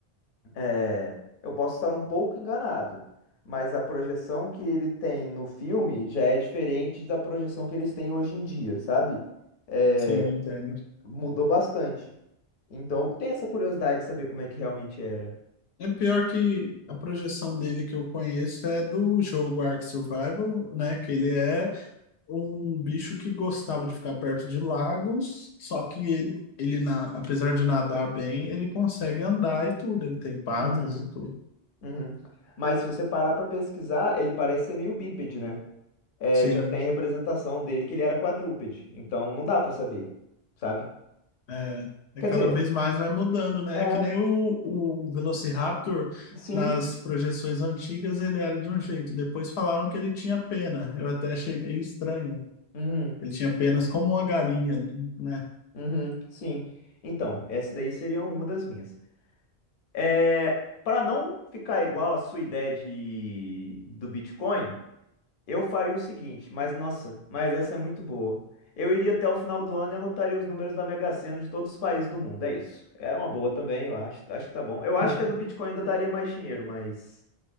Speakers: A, on the left; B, on the left.
A: é, eu posso estar um pouco enganado, mas a projeção que ele tem no filme já é diferente da projeção que eles têm hoje em dia, sabe? É,
B: Sim, entendo.
A: mudou bastante. Então, eu tenho essa curiosidade de saber como é que realmente era.
B: É pior que a projeção dele que eu conheço é do jogo Ark Survival, né? Que ele é um bicho que gostava de ficar perto de lagos, só que ele, ele na, apesar de nadar bem, ele consegue andar e tudo, ele tem patas
A: Uhum.
B: e tudo.
A: Uhum. Mas se você parar pra pesquisar, ele parece ser meio bípede, né? É,
B: Sim,
A: já tem representação dele que ele era quadrúpede, então não dá pra saber, sabe?
B: é,
A: Quer
B: é cada
A: dizer,
B: vez mais vai mudando, né?
A: é,
B: É que nem o, o Velociraptor,
A: sim,
B: nas projeções antigas ele era de um jeito, depois falaram que ele tinha pena, eu até achei meio estranho.
A: uhum,
B: Ele tinha penas como uma galinha, né?
A: uhum, sim. Então, essa daí seria uma das minhas. É, para não ficar igual a sua ideia de, do Bitcoin, Eu faria o seguinte, mas nossa, mas essa é muito boa. Eu iria até o final do ano e anotaria os números da Mega Sena de todos os países do mundo. É isso. É uma boa também, eu acho. Acho que tá bom. Eu acho
B: <laughs>
A: que a do Bitcoin ainda daria mais dinheiro, mas